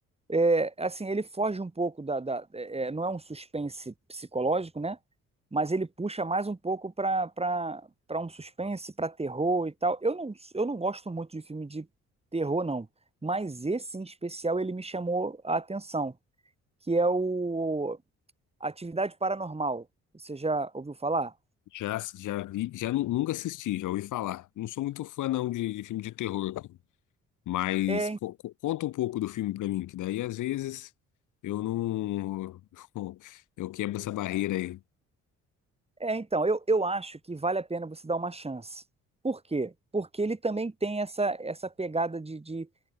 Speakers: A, on the right (about 20°); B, on the left (about 80°).
A: é, assim, ele foge um pouco da, da- é, é, não é um suspense psicológico, né? Mas ele puxa mais um pouco para para para um suspense, para terror e tal. Eu não, eu não gosto muito de filme de terror, não. Mas esse em especial ele me chamou a atenção, que é o Atividade Paranormal. Você já ouviu falar?
B: Já, já vi, já nu- nunca assisti, já ouvi falar. Não sou muito fã, não, de, de filme de terror. cara. Mas
A: É,
B: co- co- conta um pouco do filme pra mim, que daí às vezes eu não. <laughs> Eu quebro essa barreira aí.
A: é, então, eu, eu acho que vale a pena você dar uma chance. Por quê? Porque ele também tem essa, essa pegada de, de